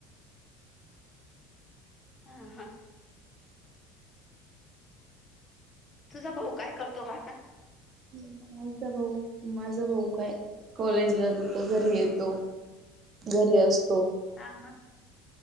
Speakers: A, on the left; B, on the right.
A: हा.. हा.. तुझा भाऊ काय करतो का आता?
B: माझा भाऊ माझा भाऊ काय कॉलेजला जातो घरी येतो. घरी असत.
A: हा. हा.